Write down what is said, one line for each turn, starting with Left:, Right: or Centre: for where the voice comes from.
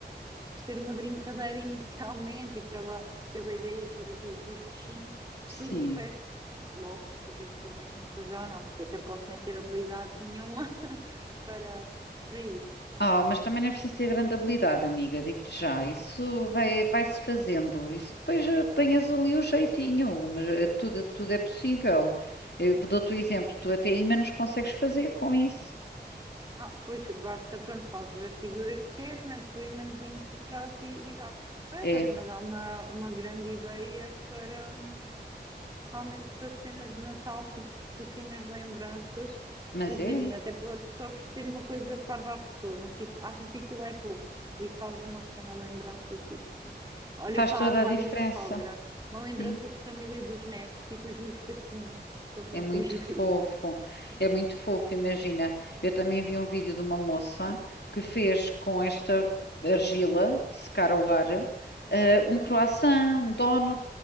Right: por ser uma brincadeira <laughs> inicialmente e pela, pela ideia gira do- dos peixinhos,
Left: Sim.
Right: tudo o resto logo se vê se vou mesmo fazer ou não, porque eu até posso nem ter habilidade nenhuma <laughs> para, para isso.
Left: Ah, mas também não é preciso ter grande habilidade, amiga, digo-te já. Isso vai, vai-se fazendo. Isso depois apanhas ali o jeitinho, mas eh, tudo, tudo é possível. Eu dou-te o exemplo, tu até ímãs consegues fazer com isso.
Right: Ah, pois basta, pronto, fazes a figura que queres, metes o imãzinho por trás e, e dá. Olha,
Left: É,
Right: estás-me a dar uma, uma grande ideia para, hum, realmente para cenas de Natal, tipo pequenas lembranças.
Left: mas
Right: Imagina,
Left: é.
Right: até pode-se oferecer uma coisa parva à pessoa, mas tipo, achas que aquilo é pouco e fazes uma pequena lembrança, tipo, olha
Left: Faz
Right: para,
Left: toda
Right: para
Left: a diferença,
Right: a minha sogra, uma lembrança
Left: sim.
Right: de família e dos netos, tipo as duas patinhas, para pôr
Left: É
Right: no
Left: muito
Right: frigorífico.
Left: fofo, é muito fofo. Imagina, eu também vi um vídeo de uma moça que fez com esta argila de secar ao ar, eh,
Right: Sim.
Left: um croissant,
Right: <laughs>
Left: um donut,